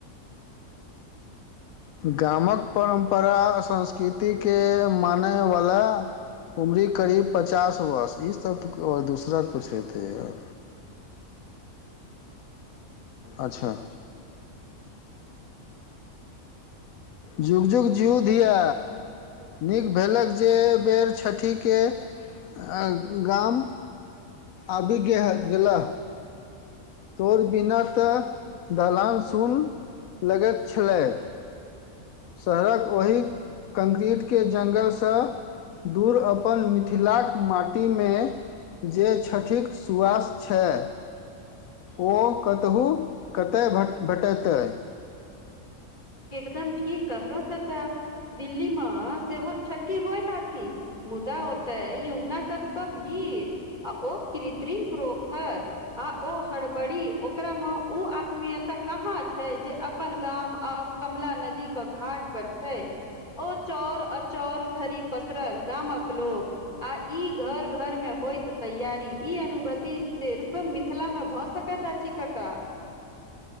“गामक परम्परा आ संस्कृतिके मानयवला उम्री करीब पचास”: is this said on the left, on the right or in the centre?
Left